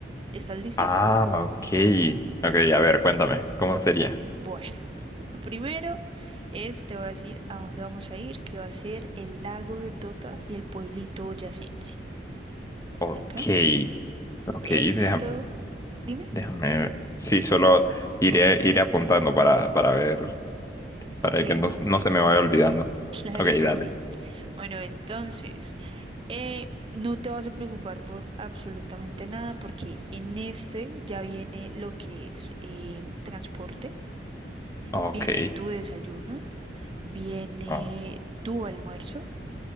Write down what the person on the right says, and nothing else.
¿Estás listo?
Bueno, lo primero es, te voy a decir a dónde vamos a ir, que va a ser el lago de Tota y el pueblito boyacense.
¿Ok?
Esto,
dime.
Ok,
<laughs> claro
que
sí. Bueno, entonces... Eh, no te vas a preocupar por absolutamente nada porque en este ya viene lo que es eh, transporte,
viene tu desayuno, viene
tu almuerzo